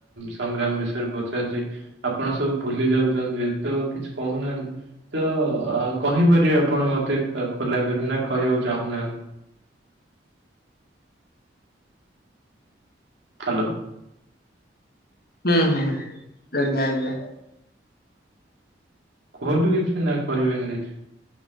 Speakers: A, on the right; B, on the left.
A: ସଂଗ୍ରାମ ବିଷୟରେ ପଚାରୁଛି? ଆପଣ ସବୁ ଭୁଲି ଯାଉ ତ କିଛି କହୁନାହାନ୍ତି ତ କହିପାରିବେ ଆପଣ ମତେ ଖୋଲା ଯଦିନା କହିବାକୁ ଚାହୁଁନାହାନ୍ତି। ହାଲୋ
B: ହୁଁ ହୁଁ ଆଜ୍ଞା ଆଜ୍ଞା।
A: କୁହନ୍ତୁ କିଛି ନା କହିବେ ନା କିଛି?